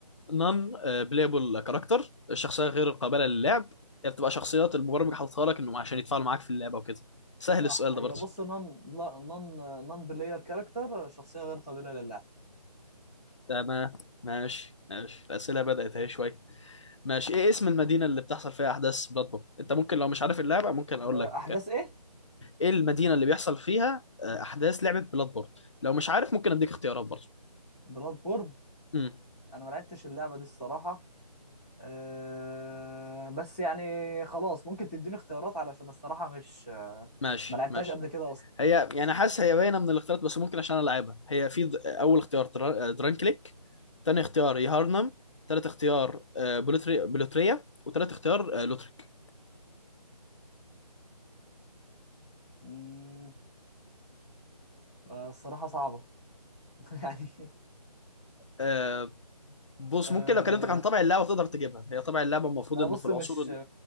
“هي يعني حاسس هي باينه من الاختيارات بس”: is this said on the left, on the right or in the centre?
Left